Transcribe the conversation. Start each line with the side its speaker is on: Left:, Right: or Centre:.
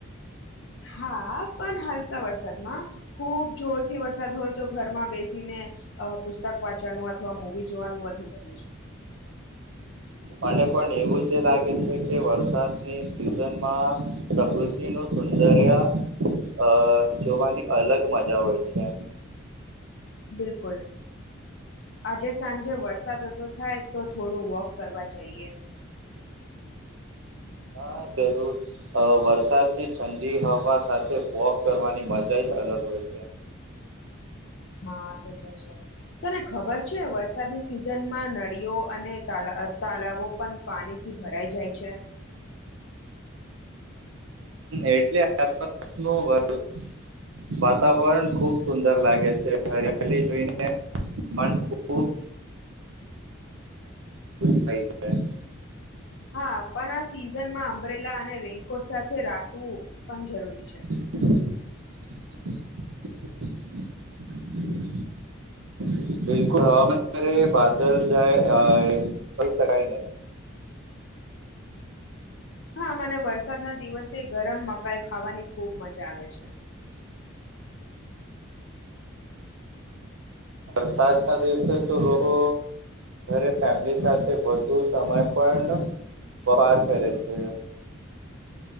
Left: હા પણ હલકા વરસાદમાં ખુબ જોરથી વરસાદ હોય તો ઘરમાં બેસીને અ પુસ્તક વાંચવાનું અથવા મવી જોવાનું વધુ ગમે છે
Right: મને પણ એવું જ લાગે છે કે વરસાદની સિઝનમાં પ્રકૃતિનું સુંદરિયા અ જોવાની અલગ મજા હોય છે
Left: બિલકુલ આજે સાંજે વરસાદ થાય તો થોડું વોક કરવા જઈએ
Right: હા જરૂર અ વરસાદની ઠંડી હવા સાથે વોક કરવાની મજા જ અલગ હોય છે
Left: હા તે તો છે તને ખબર છે વરસાદની સિઝનમાં નળીઓ અને તા તાલાવો પણ પાણી થી ભરાઈ જાય છે
Right: એટલે આસપાસ નો વર્ષ વાતાવરણ ખુબ સુંદર લાગે છે હરિયાલી જોઈને મન ખૂબ ખુશ થ જાય
Left: હા પણ આ સિઝન માં અંબરેલા અને રેનકોટ સાથે રાખવું પણ જરૂરી છે
Right: <inaudible> બિલકુલ હવામાન અરે બાદલ જાય કહી શકાય નહી
Left: હા મને વરસાદ ના દિવસે ગરમ મકાઈ ખાવાની ખુબ મજા આવે છે
Right: વરસાદ ના દિવસે તો લોકો અ ફેમિલી સાથે વધુ સમય પણ પાર કરે છે